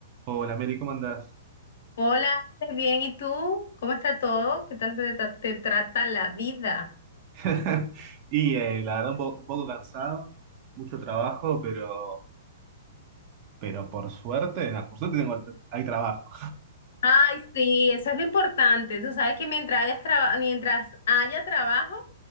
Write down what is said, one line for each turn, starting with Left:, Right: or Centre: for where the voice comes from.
Right: Hola, Mary, ¿cómo andás?
Left: Hola, Ale, bien, ¿y tú? ¿Cómo está todo? ¿Qué tal te, tra- te trata la vida?
Right: <laughs> Y eh, la verdad, un, po- un poco cansado, mucho trabajo, pero, pero por suerte, nada, por suerte tengo, hay trabajo.
Left: Ay, sí, eso es lo importante. Tú sabes que mientras hayas traba- mientras haya trabajo,